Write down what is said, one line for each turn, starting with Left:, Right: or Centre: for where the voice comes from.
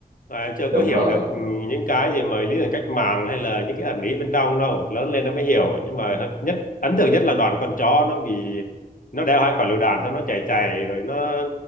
Left: và em chưa
Right: đúng
Left: có hiểu
Right: rồi
Left: được ừ, những cái gì mà lý tưởng cách mạng hay là những cái ẩn ý bên trong đâu lớn lên em mới hiểu nhưng
Right: Ừ,
Left: mà nhất ấn
Right: ừ.
Left: tượng nhất là đoàn con chó nó bị nó đeo hai quả lựu đạn xong nó chạy chạy rồi nó